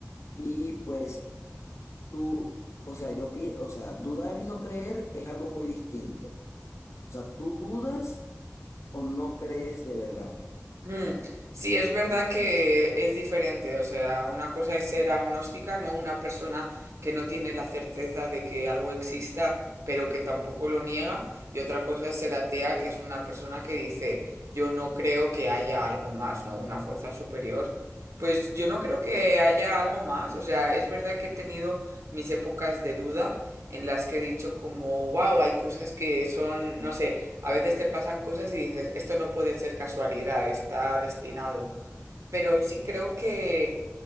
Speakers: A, on the left (about 80°); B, on the right (about 85°).
A: Y pues tú, o sea, yo, pie- o sea, dudar y no creer es algo muy distinto. O sea, ¿tú dudas o no crees de verdad?
B: Mm, Sí, es verdad que es diferente. O sea, una cosa es ser agnóstica, no una persona que no tiene la certeza de que algo exista, pero que tampoco lo niega. Y otra cosa es ser atea, que es una persona que dice, yo no creo que haya algo más, ¿no? Una fuerza superior. Pues yo no creo que haya algo más. O sea, es verdad que he tenido mis épocas de duda en las que he dicho como, wow, hay cosas que son, no sé. A veces te pasan cosas y dices, esto no puede ser casualidad, está destinado. Pero sí creo que